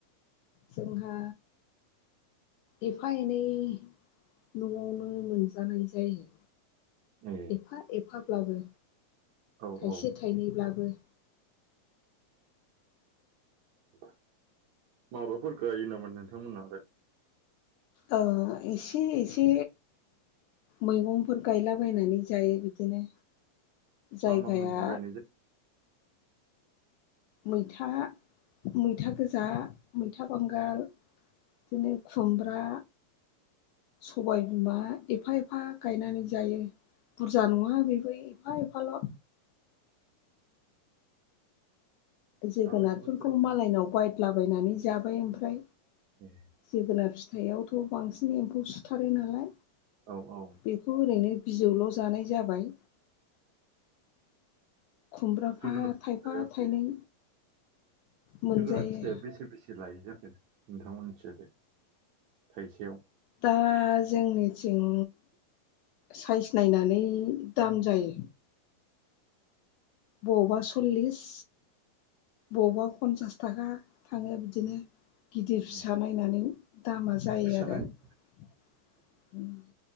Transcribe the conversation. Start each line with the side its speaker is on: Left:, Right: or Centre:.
Left: जोंहा एफा एनै न'आवनो मोनजानाय जायो
Right: ए
Left: एफा एफाब्लाबो
Right: औ
Left: थाइसे
Right: औ
Left: थाइनैब्लाबो
Right: <inaudible> माबाफोर गायो नामा नोंथांमोनहालाय
Left: ओ इसे इसे मैगंफोर गायलाबायायनानै जायो बिदिनो
Right: मा
Left: जायगाया
Right: मा मैगं गायनाय जायो
Left: मैथा मैथा गोजा मैथा बांगाल बिदिनो खुमब्रा सबाय बिमा एफा एफा गायनानै जायो बुरजा नङा बेबो एफा एफाल' जोगोनारफोरखौ
Right: दाबायदि बोथोरावथ'
Left: मालायनाव बायदलाबायनानै जाबाय ओमफ्राय
Right: ए
Left: जोगोनार फिथाइआवथ' बांसिन एम्फौ सुथारो नालाय
Right: औ औ
Left: बेखौ ओरैनो बिजौल' जानाय जाबाय खुमब्राफा
Right: जोगोनार फिथाइया
Left: थाइफा
Right: बे
Left: थाइनै मोनजायो
Right: जोगोनार फिथाइया बेसे बेसे लायो जाखो नोंथांमोननिथिंजायलाय थाइसेयाव
Left: दा जोंनिथिं साइज नायनानै दाम जायो बबावबा सल्लिस बबावबा पन्सास थाखा थाङो बिदिनो गिदिर फिसा
Right: ए
Left: नायनानै दामा जायो
Right: फिसा
Left: आरो
Right: नायनानै
Left: उम